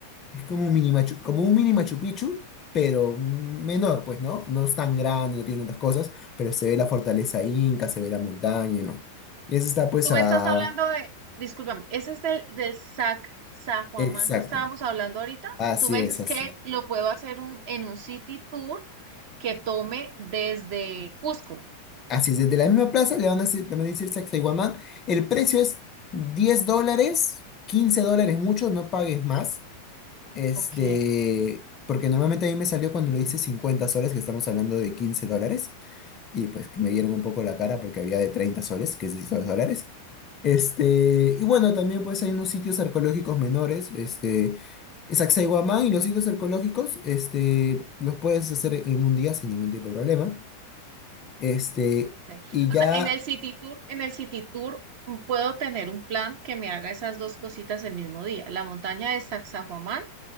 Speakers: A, on the left (about 30°); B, on the right (about 45°).
A: es como un mini Machu, como un mini Machu Picchu, pero menor, pues, ¿no? No es tan grande, no tiene tantas cosas, pero se ve la fortaleza inca, se ve la montaña, ¿no? Y eso está, pues,
B: Tú
A: a...
B: me estás hablando de, discúlpame, ese es del, del Sac, San Juan
A: Exacto.
B: que estábamos hablando ahorita.
A: Así
B: Tú me dices
A: es, así
B: que
A: es.
B: lo puedo hacer un, en un city tour que tome desde Cusco.
A: Así es, desde la misma plaza le van a decir, le van a decir Sacsayhuamán. El precio es 10 dólares, 15 dólares mucho, no pagues más. Este,
B: Ok.
A: porque normalmente a mí me salió cuando lo hice 50 soles, que estamos hablando de 15 dólares. y pues que me dieron un poco la cara porque había de 30 soles, que es 16 dólares. Este, y bueno, también pues hay unos sitios arqueológicos menores, este, Sacsayhuamán y los sitios arqueológicos, este, los puedes hacer en un día sin ningún tipo de problema. Este,
B: Sí.
A: y
B: O
A: ya,
B: sea, en el City Tour, en el City Tour mm, puedo tener un plan que me haga esas dos cositas el mismo día, la montaña de Sacsayhuamán